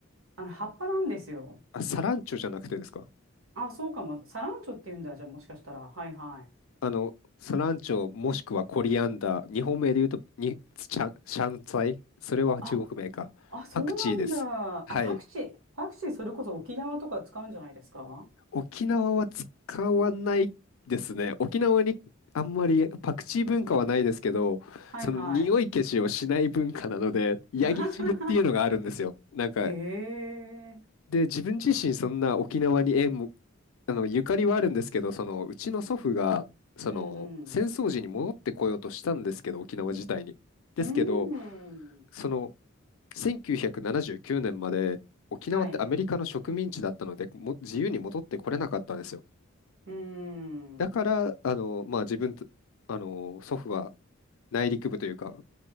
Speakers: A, on the right; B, on the left.
A: あの、葉っぱなんですよ。
B: あ、サランチョじゃなくてですか
A: あ、そうかも。サランチョって言うんだ、じゃあもしかしたら。はいはい。
B: あの、スランチョもしくはコリアンダー、日本名で言うとにシャン、シャンツァイ、それは中国名か。
A: あ、あ、そうなんだ。
B: パクチーです。はい。
A: あ、パクチー。パクチーそれこそ沖縄とか使うんじゃないですか
B: 沖縄は使わないですね。沖縄にあんまりパクチー文化はないですけど、
A: はいはい。
B: その匂い消しをしない文化なので、ヤギ汁っていうのがあるんですよ。
A: <laughs>
B: なんか、
A: へえ。
B: で、自分自身そんな沖縄に縁もあの、ゆかりはあるんですけど、その、うちの祖父が、その、
A: うんうん。
B: 戦争時に戻ってこようとしたんですけど、沖縄自体に。ですけど、
A: うーん。
B: その、1979年まで、沖縄ってアメリカの植民地だったので、
A: はい。う
B: も自由に戻ってこれなかったんですよ。
A: ーん。う
B: だから、
A: ん
B: あの、まあ、自分と、あの、祖父は内陸部というか、